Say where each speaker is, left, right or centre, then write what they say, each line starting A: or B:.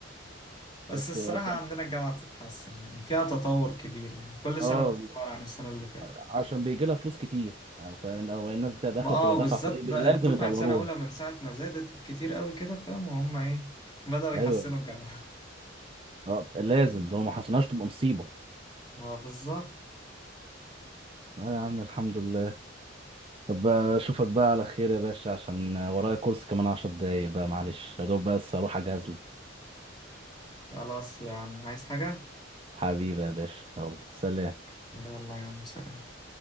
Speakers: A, on the left (about 20°); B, on the right (about 30°).
A: بس
B: بس
A: الصراحة
B: الجام-
A: عندنا الجامعة بتتحسن يعني فيها تطور كبير يعني كل
B: اه
A: سنة بتتطور عن السنة اللي فاتت
B: عشان بيجي لها فلوس كتير فالناس بتاع داخله
A: ما اه
B: بتبقى دافعه
A: بالذات
B: فايه بي-
A: ده-
B: لازم
A: دفعة
B: يطوروها
A: سنة أولى من ساعة ما زادت كتير قوي كده فاهم وهم إيه بدأوا يحسنوا
B: ايوه
A: الجامعة
B: اه لازم ده لو ما حسناش تبقى مصيبه
A: <laughs> ما بالظبط
B: اه يا عم الحمد لله طب اشوفك بقى على خير يا باشا عشان ورايا كورس كمان عشر دقايق بقى معلش يا دوب بس اروح اجهز لك
A: خلاص يا عم عايز حاجة
B: حبيبي يا باشا يلا سلام
A: يلا يا عم سلام